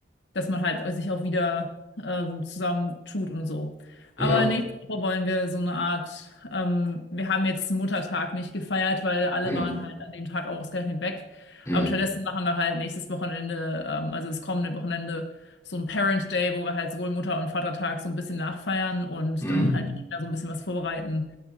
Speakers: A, on the left (about 80°); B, on the left (about 15°).
A: dass man halt sich auch wieder ähm, zusammentut und so. Aber
B: ja,
A: nächste Woche wollen wir so eine Art, ähm, wir haben jetzt Muttertag nicht gefeiert, weil alle
B: mm,
A: waren halt an dem Tag ausgerechnet weg.
B: mm,
A: Aber stattdessen machen wir halt nächstes Wochenende, ähm, also das kommende Wochenende, so ein Parent Day, wo wir halt sowohl Mutter- und Vatertag so ein bisschen nachfeiern und
B: mm.
A: dann halt wieder so ein bisschen was vorbereiten.